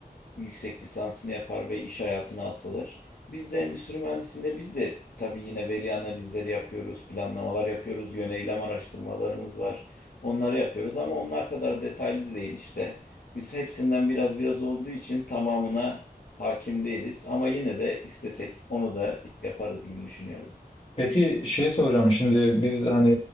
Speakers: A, on the left (about 60°); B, on the left (about 35°).
A: yüksek lisansını yapar ve iş hayatına atılır. Biz de endüstri mühendisliğinde biz de tabii yine veri analizleri yapıyoruz, planlamalar yapıyoruz, yöneylem araştırmalarımız var. Onları yapıyoruz ama onlar kadar detaylı değil işte. Biz hepsinden biraz biraz olduğu için tamamına hakim değiliz ama yine de istesek onu da yaparız gibi düşünüyorum.
B: Peki şey soracağım şimdi biz hani